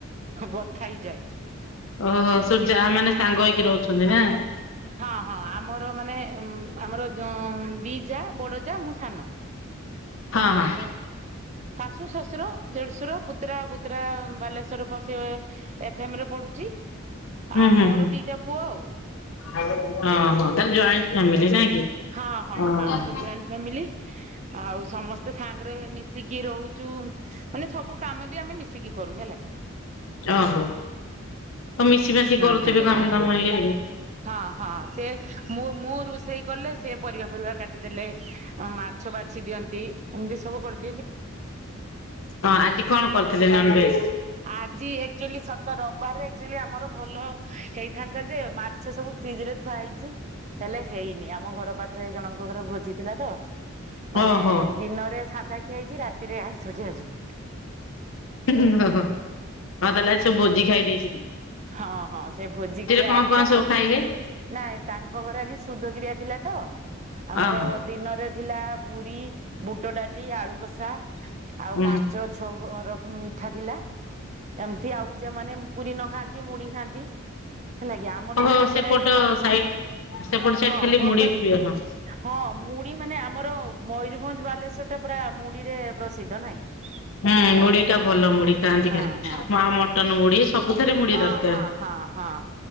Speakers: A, on the right; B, on the left.
A: ବଥା ହେଇଯାଏ।
B: ଓହୋ ସବୁ ଯା ମାନେ ସାଙ୍ଗ ହେଇକି ରହୁଛନ୍ତି ନା।
A: ହଁ ହଁ ଆମର ମାନେ ଆମର ଯୋଉ ବିଜା ବଡଜା ମୁସାନ
B: ହଁ
A: ଆଉ
B: ହଁ।
A: ଶାଶୁ ଶ୍ୱଶୁର ଦେଢ଼ଶୁର ପୁତ୍ରା କୁତ୍ରା ବାଲେଶ୍ଵର ବସେଇ ଏଫ ଏମ ରେ ପଢୁଛି।
B: ହୁଁ
A: ଆଉ
B: ହୁଁ
A: ମୋର
B: ହୁଁ
A: ଦିଟା ପୁଅ ଆଉ
B: ହଁ ହୋ। ତାହଲେ ଜଏଣ୍ଟ ଫାମିଲି ନାଇଁ କି?
A: ହଁ ହଁ
B: ଓହୋ।
A: ଆମର ଜଏଣ୍ଟ ଫ୍ୟାମିଲି ଆଉ ସମସ୍ତେ ସାଙ୍ଗରେ ମିଶିକି ରହୁଛୁ ମାନେ ସବୁ କାମ ବି ଆମେ ମିଶିକି କରୁ ହେଲା।
B: ଓ ହୋ ତ ମିଶିିବା। କି
A: ହୁଁ
B: କରୁଥେ
A: ହୁଁ
B: କାମଦାମଇ
A: ହୁଁ ହଁ ହଁ ସେ ମୁଁ ମୁଁ ରୋଷେଇ କଲେ ସେ ପରିବା ଫରିବା କାଟିଦେଲେ। ହ ମାଛ ବାଛି ଦିଅନ୍ତି ଏମିତି ସବୁ କରି <unintelligible>
B: ହଁ ଆଜି କଣ କରିଥିଲେ ନନଭେଜ
A: ଆଜି ଆଚୁଆଲି ସତ ରବିବାରରେଚୁଲି ଆମର ଭଲ ହେଇଥାନ୍ତା ଯେ ମାଛ ସବୁ ଫ୍ରିଜ ରେ ଥୁଆ ହେଇଛି ହେଲେ ହେଇନି ଆମ ଘର ପାଖ ପାଖରେ ଜଣଙ୍କ ଘରେ ଭୋଜି ଥିଲା ତ ମାନେ
B: ଓହୋ ଓହୋ
A: ଦିନରେ ସାଧା ଖିଆଇଛି ରାତିରେ ଆଇଁଷ ଶଖିଆ ଯିବ
B: ଓ ହୋ ହଁ ତାହେଲେ ସବ ଭୋଜି ଖାଇ ଦେଇଚୁ
A: ହଁ ହଁ ସେ ଭୋଜି ଖିଆ
B: କଣ
A: ହେଇଥିଲା
B: କଣ ସବୁ ଖାଇଲେ?
A: ନାଇଁ ତାଙ୍କ ଘର ଆଜି ସୁଧକିରିଆ ଥିଲା ତ ଆମର
B: ଓହୋ
A: ଦିନରେ ଥିଲା ପୁରୀ ବୁଟ ଡାଲି ଆଳୁ କଷା ଆଉ
B: ଉଁ
A: ପାଞ୍ଚ ଛଅ ର ମିଠା ଥିଲା ଏମିତି ଆଉ ଯେ ମାନେ ପୁରୀ ନ ଖାନ୍ତି ମୁଢ଼ି ଖାଆନ୍ତି ହେଲା କି ଆମର
B: ଓହୋ
A: ତ ଭଗରାଇ
B: ସେପଟ ସାଇଡ ସେପଟ ସାଇଡ
A: ହଁ
B: ଖାଲି
A: ଭ
B: ମୁଢି ପ୍ରିୟ ହଁ
A: ହଁ ମୁଢି ମାନେ ଆମର ମୟୂରଭଞ୍ଜ ବାଲେଶ୍ୱର ଟା ପୁରା ମୁଢି ରେ ପ୍ରସିଦ୍ଧ ନାହିଁ କି
B: ହୁଁ ମୁଢ଼ି ଟା ଭଲ ମୁଢି ଖାଆନ୍ତି
A: ହଁ
B: ଖାଲି
A: ହଁ
B: ମା ମଟ ମଟନ ମୁଢି ସବୁଥିରେ ମୁଢି
A: ହଁ
B: ଦରକାର।
A: ହଁ
B: ହୁଁ
A: ହଁ ହଁ